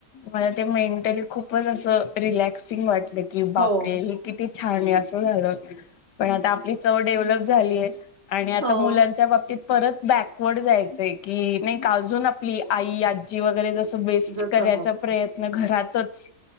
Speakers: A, on the left; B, on the right.
A: मला ते मेंटली खूपच असं रिलॅक्सिंग वाटले. कि बापरे
B: हो.
A: ही किती छान आहे. असं झालं पण आता आपली चव डेव्हलप झालीय. आणि आता
B: हो,
A: मुलांच्या बाबतीत परत बॅकवर्ड जायचंय. की नाही का अजून आपली आई आजी वगैरे जस बेस्ट
B: जसं
A: करायचा प्रयत्न घरातच